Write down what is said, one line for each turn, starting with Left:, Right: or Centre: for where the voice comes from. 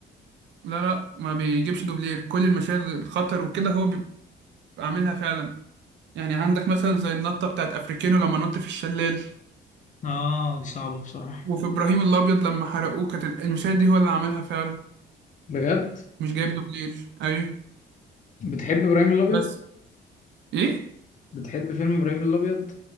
Right: لا لا ما بيجيبش دوبلير كل المشاهد الخطر وكده هو بيبقى عاملها فعلا يعني عندك مثلا زي النطة بتاعت أفريكانو لما نط في الشلال
Left: اه دي صعبة بصراحة
Right: وفي إبراهيم الأبيض لما حرقوه كانت ال- المشاهد دي هو اللي عاملها فعلا
Left: بجد
Right: مش جايب دوبلير أيوه
Left: بتحب ابراهيم الابيض
Right: بس إيه؟
Left: بتحب فيلم ابراهيم الابيض